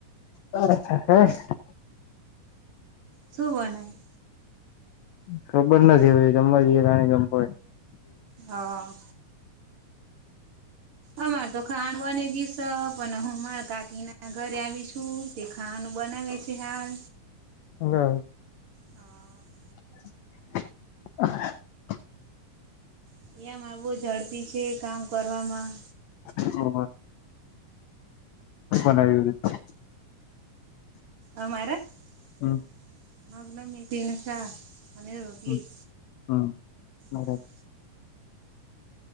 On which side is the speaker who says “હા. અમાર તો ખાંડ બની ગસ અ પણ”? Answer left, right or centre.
Right